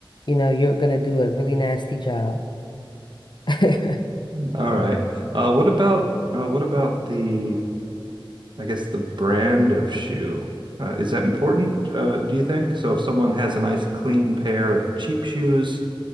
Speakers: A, on the left; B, on the right.
A: you know, you're gonna do a really nasty job. <laughs>
B: All right. Uh, what about uh, what about the I guess the brand of shoe. Uh, is that important, uh, do you think? So if someone has a nice clean pair of cheap shoes,